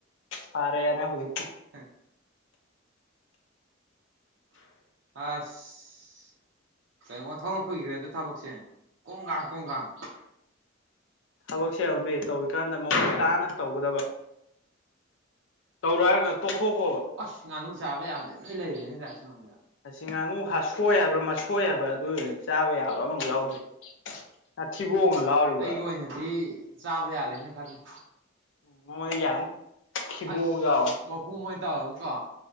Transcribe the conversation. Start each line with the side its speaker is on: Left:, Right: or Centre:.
Left: ꯐꯔꯦ ꯌꯦꯅ ꯍꯗꯤ
Right: ꯑꯁ ꯑꯁ ꯀꯩꯅꯣ ꯊꯧꯔꯝ ꯀꯨꯏꯈ꯭ꯔꯦꯗ ꯊꯕꯛꯁꯦ ꯀꯣꯡꯒꯥꯡ ꯀꯣꯡꯒꯥꯡ
Left: ꯊꯕꯛ ꯁꯦꯕꯕꯤ ꯇꯧꯔꯤꯀꯥꯟꯗ ꯃꯃꯨ ꯇꯥꯅ ꯇꯧꯒꯗꯕ ꯇꯧꯔ ꯍꯥꯏꯔꯒ ꯇꯣꯛꯊꯣꯛꯈꯣꯕ
Right: ꯑꯁ ꯉꯥꯅꯨ ꯆꯥꯕ ꯌꯥꯗꯦ ꯂꯣꯏ ꯂꯩꯔꯦꯅꯤ ꯂꯥꯏꯥꯛꯁꯉꯣꯏꯗ
Left: ꯑꯁꯤ ꯉꯥꯅꯨ ꯍꯥꯁꯣꯏ ꯍꯥꯏꯕ꯭ꯔꯥ ꯃꯁꯣꯏ ꯍꯥꯏꯕ꯭ꯔꯥ ꯑꯗꯨꯅꯦ ꯆꯥꯕ ꯌꯥꯕ ꯑꯃꯐꯛ ꯌꯥꯎꯗꯦ ꯉ ꯊꯤꯕꯣꯡꯅ ꯂꯥꯎꯔꯤꯕ
Right: ꯑꯩꯒꯤ ꯑꯣꯏꯅꯗꯤ ꯆꯥꯕ ꯌꯥꯔꯦꯅ ꯈꯜꯂꯦ
Left: ꯃꯉꯣꯟꯗ ꯌꯥꯅꯤ ꯊꯤꯕꯣꯡ
Right: ꯑꯁ
Left: ꯌꯥꯎ
Right: ꯃꯄꯨꯝ ꯑꯣꯏꯅ ꯇꯧꯔꯒ ꯀꯣ